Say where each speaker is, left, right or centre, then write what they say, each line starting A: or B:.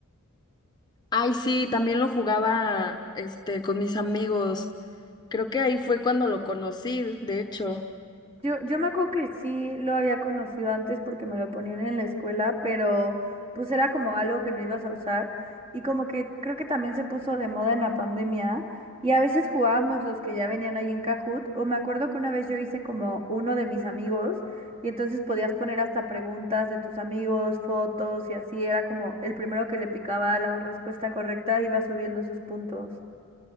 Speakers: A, on the left; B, on the right.
A: Ay, sí, también lo jugaba este con mis amigos. Creo que ahí fue cuando lo conocí, de hecho.
B: Yo, yo me acuerdo que sí lo había conocido antes porque me lo ponían en la escuela, pero pues era como algo que no ibas a usar y como que creo que también se puso de moda en la pandemia y a veces jugábamos los que ya venían ahí en Kahoot o me acuerdo que una vez yo hice como uno de mis amigos y entonces podías poner hasta preguntas de tus amigos, fotos y así era como el primero que le picaba la respuesta correcta iba subiendo sus puntos.